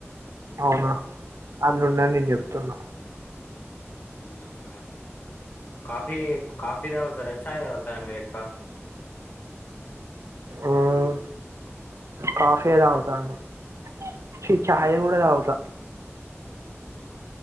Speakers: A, on the right (about 85°); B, on the left (about 50°).
A: అవునా అన్నన్నాని నేను చెప్తున్న
B: పోయి చెప్పు కాఫీ కాఫీ తాగుతారా చాయ్ తాగుతారా మీరు ఎక్కువ
A: మ్మ్ కాఫీ ఏ తాగుతా అండి చి ఛాయ్ కూడా తాగుతా